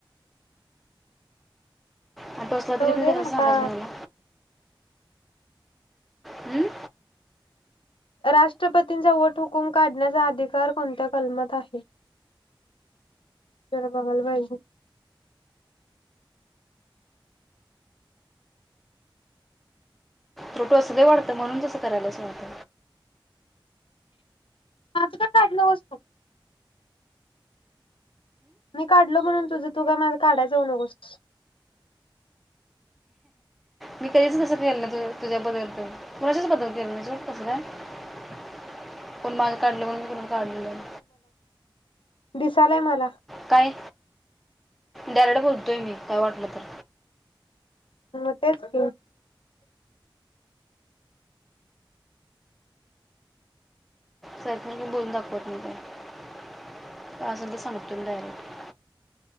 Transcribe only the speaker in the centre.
आणि टोचल्या
तरी, कोणाला
सांगायच कोणाला. हम्म.
तु टोचलय वाढतं म्हणून तसं कराल्यास वाडत.
मी काहीच तस केलो नाही तुझ्याबद्दल <unintelligible> कुणाच्याच बदल केलो नाही सोड. <unintelligible> कोण माझ् काढल म्हणून मी कोणाच कडलो नाही.
काय दरड बोलत बोलतोय मी काय वाटलं तर.
सारखं मी बोलून दाखवत नाही त्याला. असेल ते सांगतुय मी डायरेक्ट.